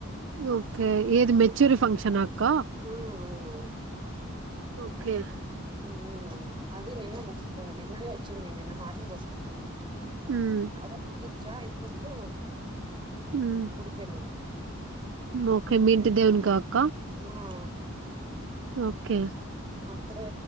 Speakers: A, on the right; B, on the right.
A: ఓకే ఏది మెచ్యూరి ఫంక్షనా అక్క?
B: ఆ అవునవును
A: ఓకే
B: ఉమ్ అది నిన్న ముగిసిపోయె నిన్ననే వొ చ్చింది నిన్న మార్నింగ్ వస్తూనే
A: హ్మ్.
B: అదే ముగిచ్చా ఇప్పుడుదు
A: హ్మ్.
B: గుడికి వెళ్ళినా
A: ఓకే మీ ఇంటి దేవునికా అక్క
B: ఆహా
A: ఓకే
B: అక్కడే